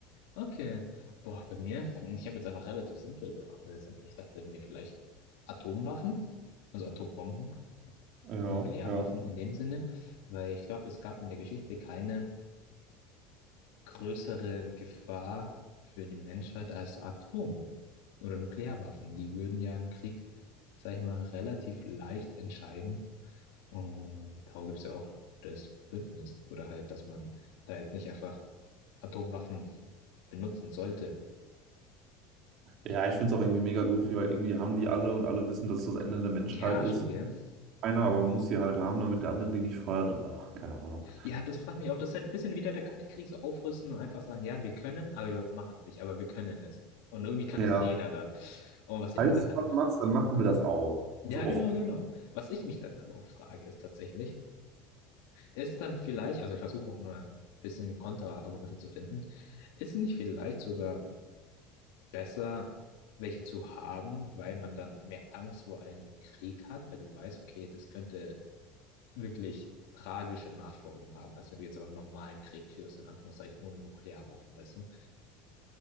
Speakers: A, on the left; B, on the right.
A: Okay. Boah, bei mir, hm, ich habe jetzt einfach relativ simpel, also simpel. Ich dachte mir vielleicht Atomwaffen, also Atombomben,
B: Ja,
A: Nuklearwaffen
B: ja.
A: in dem Sinne, weil ich glaube, es gab in der Geschichte keine größere Gefahr für die Menschheit als Atom- oder Nuklearwaffen. Die würden ja einen Krieg, sag ich mal, relativ leicht entscheiden. Und darum gibt es ja auch das Bündnis oder halt, dass man da jetzt nicht einfach Atomwaffen benutzen sollte.
B: Ja, ich finde es auch irgendwie mega goofy, weil irgendwie haben die alle und alle wissen, dass es das Ende der Menschheit
A: Ja,
B: ist.
A: schon, gell?
B: Einer aber muss sie halt haben, damit der andere die nicht feuert und ach, keine Ahnung.
A: Ja, das frage ich mich auch. Das ist halt ein bisschen wieder der Kalte Krieg, so aufrüsten und einfach sagen, ja, wir können, aber wir machen es nicht, aber wir können es. Und irgendwie kann
B: Ja,
A: es jeder dann. Und was ich
B: falls
A: mich dann
B: du
A: halt
B: was
A: auch,
B: machst, dann machen wir das auch.
A: ja,
B: So,
A: genau, genau. Was ich mich dann aber auch frage, ist tatsächlich, ist dann vielleicht, also ich versuche auch mal ein bisschen Kontraargumente zu finden, ist es nicht vielleicht sogar besser, welche zu haben, weil man dann mehr Angst vor einem Krieg hat, weil du weißt, okay, das könnte wirklich tragische Nachfolgen haben, als wenn du jetzt aber einen normalen Krieg führst, in Anführungszeichen ohne Nuklearwaffen, weißt du?